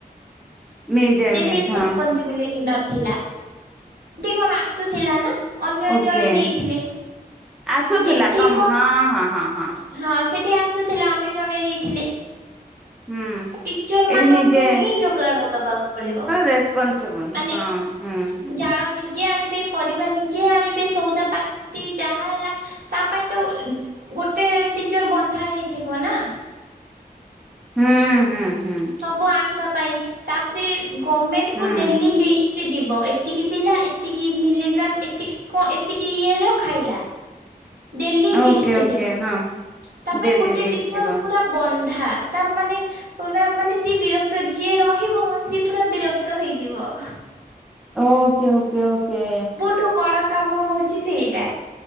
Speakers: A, in the centre; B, on the right.
A: ମିଡ୍
B: ଡେ
A: ମିଲ୍
B: ମିଲ ରେଷ୍ପନ୍ସିବିଲିଟି
A: ହଁ
B: ନଥିଲା ଏମିତି କଣ ଆସୁଥିଲା ନା। ଅନ୍ୟ
A: ଓକେ
B: ଜଣେ ନେଇଥିଲେ।
A: ଆସୁଥିଲା
B: ଏଠି
A: ଗମ୍
B: କଣ
A: ହଁ ହଁ ହଁ ହଁ।
B: ହଁ ସେଠି ଆସୁଥିଲା ଅନ୍ୟ ଜଣେ ନେଇଥିଲେ।
A: ହୁଁ।
B: ଟିଚର ମାନଙ୍କୁ
A: ଏଇଠି ନିଜେ
B: ହିଁ ଯୋଗାଡ ଦବାକୁ ପଡିବ
A: ରେସପନସିବୁଲ
B: ମାନେ
A: ହଁ ହୁଁ ହୁଁ।
B: ଜାଳ ନିଜେ ଆଣିବେ ପରିବା ନିଜେ ଆଣିବେ ସଉଦା ପାତି ଯାହା ହେଲା ତା ପାଇଁ ତ ଗୋଟେ ଟିଚର ବନ୍ଧା ହେଇଥିବ ନା।
A: ହୁଁ ହୁଁ ହୁଁ।
B: ସବୁ ଆଣିବା ପାଇଁ ତାପରେ ଗମେଣ୍ଟକୁ
A: ହୁଁ
B: ଡେଲି ଲିଷ୍ଟ। ଯିବ ଏତିକି ପିଲା ଏତିକି ମିଲିଗ୍ରାମ ଏତିକି କଣ ଏତିକି ଇଏର ଖାଇଲା। ଡେଲି ଲିଷ୍ଟ୍
A: ଓକେ ଓକେ
B: ଯିବ।
A: ହଁ
B: ତା ପାଇଁ
A: ଡେଲି
B: ଗୋଟେ
A: ଲିଷ୍ଟ
B: ଟିଚର
A: ଯିବ।
B: ପୁରା ବନ୍ଧା ତା ମାନେ ପୁରା ମାନେ ସି ବିରକ୍ତ ଯିଏ ରହିବ ସିଏ ପୁରା ବିରକ୍ତ ହେଇଯିବ।
A: Okay okay okay.
B: ଠୁ ବଡ କାମ ହଉଛି ସେଇଟା।